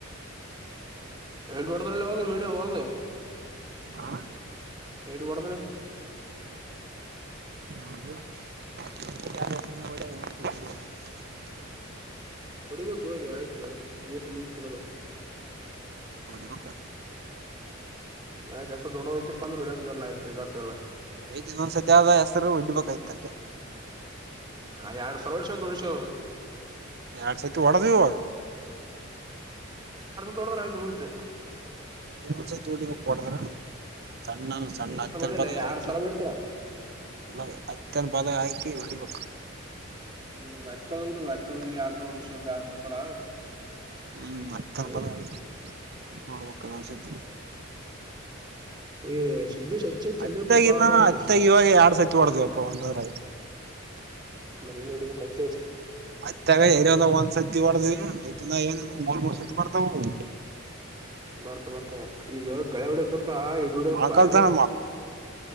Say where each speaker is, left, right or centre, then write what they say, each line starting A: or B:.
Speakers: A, on the right; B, on the right.
A: ಹೇಡ್ ಒರ್ತಲ್ಲದು ಮೀಡಿಯಮ ಬದು
B: ಆ
A: ಏಡುಬಡದನೆ
B: ಯಳ
A: ಹೊಡಿಬೇಕ ಹೋಗೆ ಆಯ್ತಾ ದಿವಸ ಮುಗಿತನಂದ್ರ
B: ಡಿಬುಕ್
A: ಆ್ ಜಸ್ತ್ರ ದೊಡ್ಡೋಯ್ತಿ ಪಂದ್ರ ಹಡಿಯಕ್ ಬರ್ಲಾಯ್ತೆ ದಾತ ಎಲ್ಲ
B: ಐ್ತಿ ಇೊಂದ್ಸತ್ಯ ಆದ ಹೆಸ್ರು ಹೊಡ್ಡಿಬೇಕಾಯ್ತ ಅಷ್ಟ
A: ಹಾ ಯಡು ಸಲೋಡ್ಸ ತೋಡಶ
B: ಎರಡ್ ಸತಿ ಒಡದು ಇುವಾಗ
A: ತೊಡದರ ಆಯ್ತು ಮುಗತ್
B: ಒಸಟಬೇಕಕ್ ಕೊಡದ್ರ ಸಣ್ಣ ಸಣ್ಣ
A: ಏನ
B: ಹತ್ತನ
A: ಸಲ ಹೊಡಿಯಲ್ಲ
B: ಪದ
A: ಎರಡ್
B: ಹಾಕಿ
A: ಸಲ ಹೊಡಿತಾರ
B: ಎಲ್ಲ ಅತ್ಯಂತ ಬಲಿ ವ
A: ಹ್ಮ್ ಅಯತ್ ತೊಳದ್ ಬಿಡು ಅತ್ತೊಳ ನೀ ಎರಡ್ ಸಲಲ್ ನೋಡ ಎಡ್ ಮೂರ್ ಸಲ
B: ಹ್ಮ್ ಮತ್ತ ತನಪದ
A: ಹ್ಮ್
B: ಆಯ್ತ ನೋಡ್ಬೇಕ ಒಂದಸತಿ
A: ಏ ಸಿದ್ದೇಶ್ ಹಚ್ಚ ಹಚ್ಚ
B: ಅತ್ತಗಿನ
A: ಅಲ್ಲೇ ಪಾಪ ಬಂದ
B: ಅತ್ತಾಗಿ ಇವಾಗ ಎಡು ಸತ್ತು ಮಾಡಡ್ದ್ವಪ್ಪ ಒಂದು ಹದ ಆಯ್ತು
A: ಮದ ನೋಡ್ಬೇಕ ಆಯ್ತು
B: ಅತ್ತಾಗ ಎರಿಯಲ್ಲ ಹೊಲ್ಸತ್ತತಿ ಹೊಡದ್ ಐ್ ಏ ಬಬಸ ತುಂಬಾರ ತ ಹ
A: ಬರ್ತ ಬರ್ತ ಮ ಈಗ ಗಳ ಹಡಕಂತ ಹಿಡ್ಬಿಡ
B: ಮೊಳಕಾಲ್ತನ
A: ಬಾರಿ